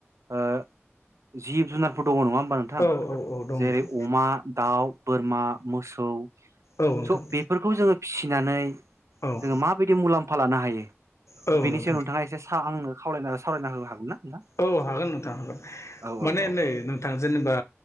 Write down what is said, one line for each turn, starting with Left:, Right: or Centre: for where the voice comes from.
Right: ओ जिब जुनारफोर दङ' नङा होमबा नोंथां
Left: औ औ औ दं नोंथां
Right: जेरै अमा दाउ बोरमा मोसौ
Left: औ नोंथां
Right: सब बेफोरखौ जोङो फिसि किनानै जोङो
Left: औ
Right: माबायदि मुलाम्फा लानो हायो
Left: औ नों
Right: थियो नोंथाङा एसे साहआंनो खावलायना सावरायना होनो हागौ ना नोंथां
Left: औ हागोन नोंथां हागोन
Right: औ
Left: माने
Right: औ औ
Left: नै नोंथां जेनेबा